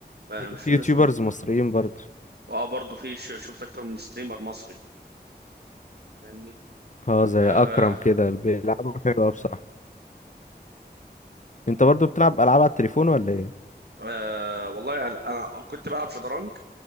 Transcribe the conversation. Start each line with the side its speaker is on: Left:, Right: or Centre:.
Right: ب- بشوف
Left: في يوتيوبرز
Right: ناس مجانين
Left: مصريين برضو
Right: واه برضه في ش- شفت اكتر من ستريمر مصري فاهمني
Left: اه زي
Right: فانا
Left: اكرم كده اللي بيلعبوا حلو أوي بصراحة انت برضو بتلعب العاب على التليفون ولا ايه
Right: آه والله يعني انا كنت بلعب شطرنج